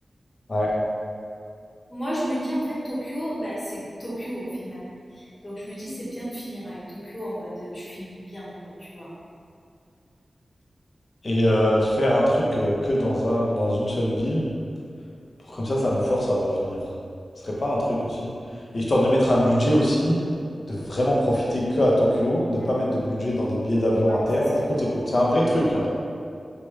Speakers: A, on the left (about 60°); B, on the left (about 45°).
A: Ouais.
B: Moi, je me dis en fait Tokyo, bah, c'est Tokyo au final. Donc je me dis c'est bien de finir avec Tokyo en mode euh, tu finis bien quoi, tu vois.
A: Et euh, faire un truc euh, que dans un, dans une seule ville, Pour comme ça, ça nous force à revenir. Ce serait pas un truc aussi. Et histoire de mettre un budget aussi, de vraiment profiter que à Tokyo, de pas
B: Non,
A: mettre de budget dans des billets d'avion
B: non,
A: internes.
B: ça serait
A: Écoute,
B: trop
A: écoute,
B: frustrant.
A: c'est un vrai truc, hein.